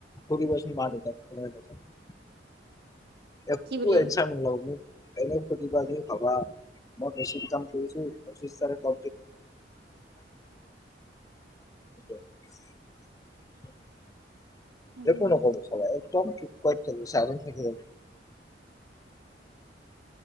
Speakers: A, on the left; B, on the right.
A: সুধিবাচোন মাক-দেউতাক <unintelligible> একো
B: কি বুলি?
A: এঞ্চাৰ নোলাব মোক এনে শুধিবা যে ভাবা মই বেছিক কাম কৰিছো পচ্ছিছ তাৰিখ <unintelligible> <unintelligible>
B: উম।
A: একো নকব চাবা একদম কি ক'ত খেলো, চাইলেণ্ট <unintelligible>